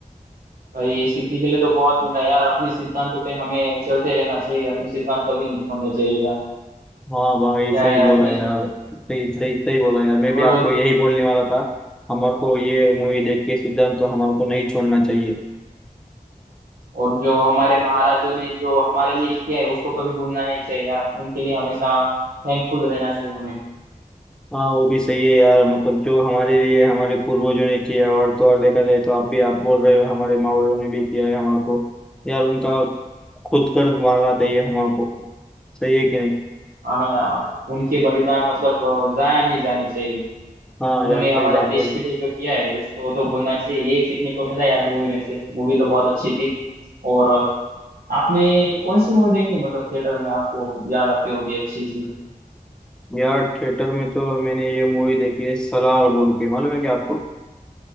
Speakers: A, on the right; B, in the centre.
A: भाई सीखने के लिए तो बहुत मिला यार अपने सिद्धांतों पे हमें चलते रहना चाहिए अपने सिद्धांत कभी नहीं छोड़ने चाहिए यार
B: हाँ भाई
A: क्या
B: सही
A: है
B: बोला
A: अपने
B: यार सही सही सही बोला यार मैं
A: और
B: भी आपको यही बोलने वाला था हमारे को ये मूवी देख के सिद्धांत तो हमारे को नहीं छोड़ना चाहिए
A: और जो हमारे महाराजों ने जो हमारे लिए किया है उसको कभी भूलना नहीं चाहिए यार उनके लिए हमेशा थैंकफुल रहना चाहिए हमें
B: हाँ वो भी सही है यार मतलब जो हमारे लिए हमारे पूर्वजों ने किया और तो और देखा जाए तो आप भी आप बोल रहे हो हमारे माँ बाप ने भी किया है हमारे को यार उनका खुद कर्ज मारना चाहिए हमारे को सही है कि नहीं
A: हमें यार, उनके बलिदान मतलब अ, जाया नहीं जाने चाहिए
B: हाँ
A: उन्होंने
B: यार सही
A: हमारे
B: बात
A: देश
B: बोली
A: के लिए जो किया है उसको तो भूलना चाहिए ये सीखने को मिला यार मूवी में से मूवी तो बहुत अच्छी थी ओवरऑल आपने कौन सी मूवी देखी मतलब थिएटर में आपको याद आती होगी अच्छी सी
B: यार थिएटर में तो मैंने ये मूवी देखी है सलार बोल के मालूम है क्या आपको